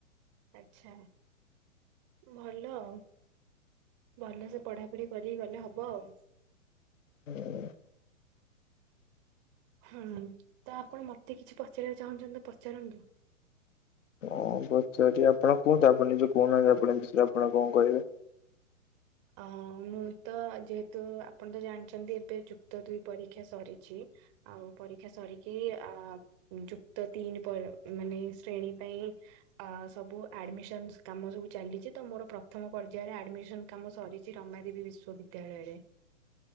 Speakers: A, on the right; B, on the left.
A: ଆଚ୍ଛା। ଭଲ ଆଉ ଭଲସେ ପଢ଼ାପଢ଼ି କରିକି ଗଲେ ହବ ଆଉ।
B: ହୁଁ।
A: ହୁଁ ତ ଆପଣ ମତେ କିଛି ପଚାରିବାକୁ ଚାହୁଁଛନ୍ତି ତ ପଚାରନ୍ତୁ?
B: କଣ ପଚାରିବା ଆପଣ କୁହନ୍ତୁ ଆପଣ ନିଜେ କହୁନାହାନ୍ତି ଆପଣଙ୍କ ବିଷୟରେ ଆପଣ କଣ କହିବେ?
A: ଓହ ମୁଁ ତ ଯେହେତୁ ଆପଣ ତ ଜାଣିଛନ୍ତି ଏବେ ଯୁକ୍ତ ଦୁଇ ପରୀକ୍ଷା ସରିଛି। ଆଉ ପରୀକ୍ଷା ସରିକି ଆ ଯୁକ୍ତ ତିନି ପରେ ମାନେ ଶ୍ରେଣୀ ପାଇଁ ଆ ସବୁ ଆଡମିସନ୍ସ କାମ ସବୁ ଚାଲିଛି ତ ମୋର ପ୍ରଥମ ପର୍ଯ୍ୟାୟରେ ଆଡମିସନ୍। କାମ ସରିଛି ରମାଦେବୀ ବିଶ୍ୱ ବିଦ୍ୟାଳୟରେ।